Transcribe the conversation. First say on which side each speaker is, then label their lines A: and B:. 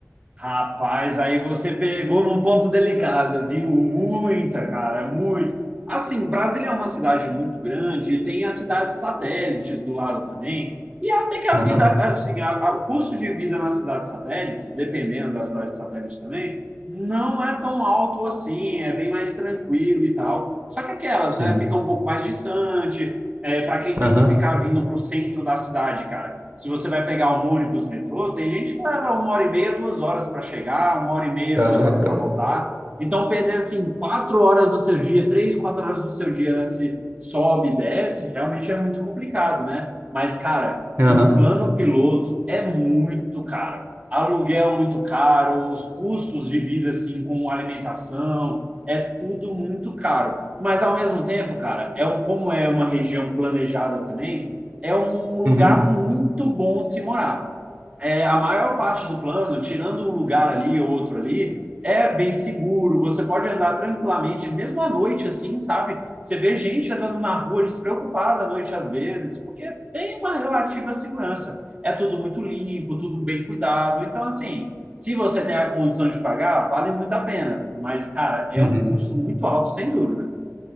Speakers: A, on the right; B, on the right.
A: Rapaz, aí você pegou num ponto delicado, viu? Muita, cara, muito. Assim, Brasília é uma cidade muito grande, tem as cidades satélites do lado também. E até que a
B: Aham,
A: vida, assim, a- a- o custo de vida nas cidades satélites, dependendo das cidades satélites também, não é tão alto assim, é bem mais tranquilo e tal. Só que aquelas,
B: sim.
A: né, fica um pouco mais distante, é, para quem
B: Aham,
A: tem que ficar vindo para o centro da cidade, cara se você vai pegar um ônibus, metrô, tem gente que leva uma hora e meia, duas horas para chegar, uma hora e meia,
B: caraca.
A: duas horas para
B: velho.
A: voltar. Então, perder assim quatro horas do seu dia, três, quatro horas do seu dia nesse né, Se sobe e desce, realmente é muito complicado, né? Mas, cara,
B: Aham,
A: no plano piloto é muito caro. Aluguel muito caro, os custos de vida assim com alimentação, é tudo muito caro. Mas ao mesmo tempo, cara, é um como é uma região planejada também, é um lugar
B: uhum,
A: muito bom de se morar. É, a maior parte do plano, tirando um lugar ali ou outro ali, é bem seguro. Você pode andar tranquilamente, mesmo à noite, assim, sabe? Você vê gente andando na rua despreocupada à noite às vezes, porque tem uma relativa segurança. É tudo muito limpo, tudo bem cuidado. Então, assim, se você tem a condição de pagar, vale muito a pena. Mas, cara, é
B: uhum.
A: um custo muito alto, sem dúvida.